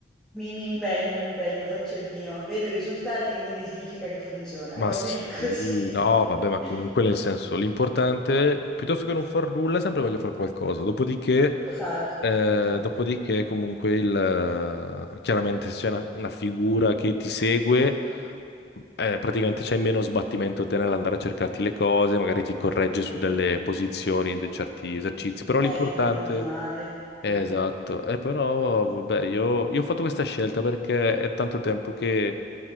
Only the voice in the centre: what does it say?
mi, mi impegno, mi impegno, faccio il mio. Vedo i risultati, quindi significa che funziona.
E va
bene così.
<laughs>
Esatto,
esatto.
Sì.
Eviti di farti male. Eh.